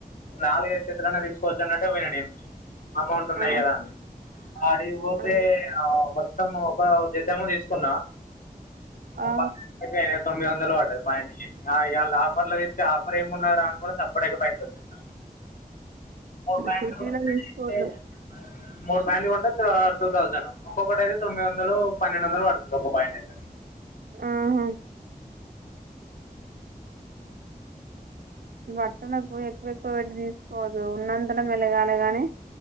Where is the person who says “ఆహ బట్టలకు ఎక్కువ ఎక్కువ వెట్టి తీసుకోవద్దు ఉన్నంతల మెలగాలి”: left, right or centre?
Right